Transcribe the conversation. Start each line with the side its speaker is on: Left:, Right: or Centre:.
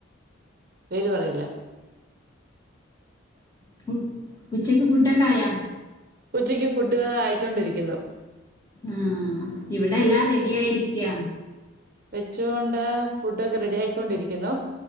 Right: പേര് പറയില്ല
Left: ഫു ഉച്ചക്ക് ഫുഡൊക്കെ ആയാ
Right: ഉച്ചയ്ക്ക് ഫുഡ് ആയിക്കൊണ്ടിരിക്കുന്നു
Left: ആഹ് ഇവിടെ എല്ലാം റെഡി ആയിരിക്കാ
Right: വെച്ചൊണ്ട് ഫുഡൊക്കെ റെഡി ആക്കൊണ്ടിരിക്കുന്നു